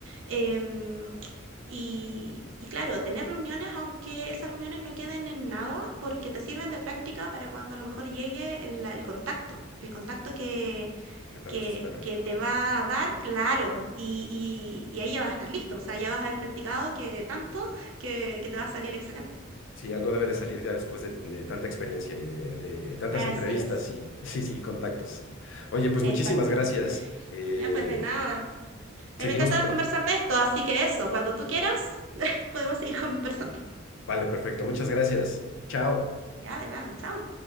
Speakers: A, on the right; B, on the left.
A: Em, y, y claro, tener reuniones, aunque esas reuniones no queden en nada, porque te sirven de práctica para cuando a lo mejor llegue el, la- el contacto, el contacto que,
B: que tanto
A: que,
B: se espera.
A: que te va a dar, claro, y, y- y ahí ya vas a estar listo, o sea, ya vas a haber practicado que tanto que, que te va a salir excelente.
B: Sí, algo debe de salir ya después de, de tanta experiencia y de, de tantas
A: Así
B: entrevistas
A: es,
B: y <laughs> sí, sí, contactos. Oye, pues
A: exacto.
B: muchísimas gracias. Eh,
A: Ya, pues de nada. A
B: seguimos.
A: mí me encanta
B: pe-
A: conversar de esto, así que eso, cuando tú quieras, <laughs> podemos seguir conversando.
B: Vale, perfecto. Muchas gracias. Chao.
A: Ya, de nada, chao.